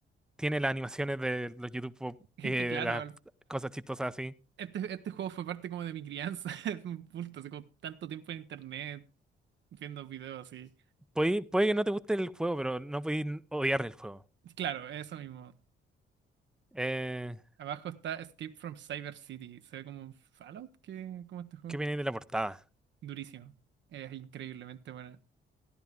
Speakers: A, in the centre; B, on the right.
A: tiene las animaciones de los YouTube Pop,
B: <laughs> es
A: eh,
B: que claro,
A: las cosas chistosas así.
B: este, este juego fue parte como de mi crianza, <laughs> es un punto, así como tanto tiempo en internet viendo videos así.
A: Puede, puede que no te guste el juego, pero no podéis odiar el juego.
B: Claro, eso mismo.
A: Eh,
B: Abajo está Escape from Cyber City. Se ve como Fallout, que como este juego.
A: ¿qué viene de la portada?
B: Durísimo. Es increíblemente buena.